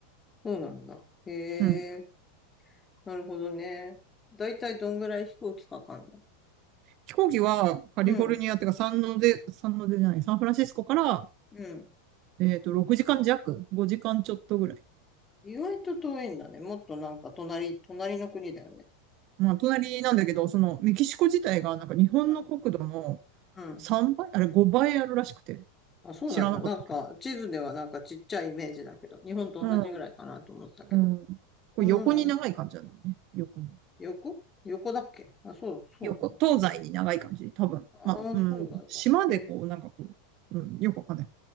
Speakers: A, on the left; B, on the right.
A: うなんだ。へえ、
B: うん。
A: なるほどね。だいたいどんぐらい飛行機かかんの
B: 飛行機はカリフォルニアっていうか、
A: うん、
B: サンノゼ、サンノゼじゃない、サンフランシスコから、
A: うん。
B: えっと、6時間弱、5時間ちょっとぐらい。
A: 意外と遠いんだね。もっとなんか隣、隣の国だよね。
B: まあ、隣なんだけど、そのメキシコ自体が、なんか日本の国土の
A: うん。うん
B: 3倍、あれ5倍あるらしくて、
A: あ、そうなんだ。
B: 知らなかったけど。
A: なんか、地図ではなんかちっちゃいイメージだけど、日本と同じぐらいかなと思ったけど。
B: うん。うん。これ横に長い感じなんだよね。
A: うん、なるほど
B: 横に。
A: 横横だっけあ、そう、そうなんだ。
B: 横、東西に長い感じ。多分。
A: ああ、
B: まあ、うん。
A: そうなんだ。
B: 島でこう、
A: へ
B: なんかこう、うん。よくわかんない。